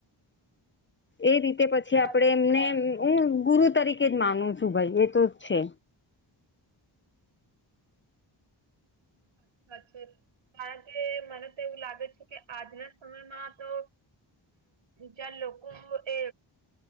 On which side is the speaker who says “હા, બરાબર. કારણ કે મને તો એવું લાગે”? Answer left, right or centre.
Right